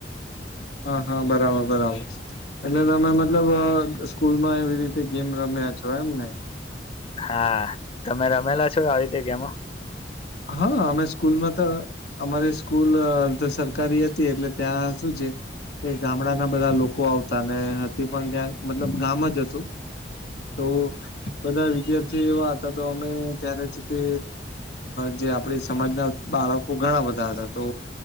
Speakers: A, on the left; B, on the left.
A: હા હા બરાબર બરાબર એટલે તમે મતલબ સ્કૂલમાં એવી રીતે ગેમ રમ્યા જો એમ ને
B: હા તમે રમેલા છો આવી જગ્યા મા.
A: હા અમે સ્કૂલમાં તો અમારી સ્કૂલ તો સરકારી હતી એટલે ત્યાં સુું છે. એ ગામડાના બધા લોકો આવતા ને હતી પણ ત્યાં મતલબ ગામ જ હતું. તો બધા વિદ્યાર્થી એવા હતા તો અમે ત્યારે છે તે જે આપડી સમાજના ઘણા બધા હતા તો